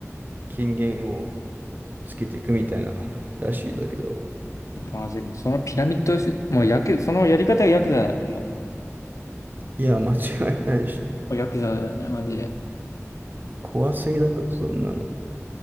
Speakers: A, on the right; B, on the left.
A: 権限をつけていくみたいならしいんだけど、
B: マジ。そのピラミッドし、もうヤク、そのやり方がヤクザだよね、も
A: いや、
B: う。
A: 間違いないでしょ。
B: ヤクザだよね、マジで。
A: 怖すぎだろ、そんなの。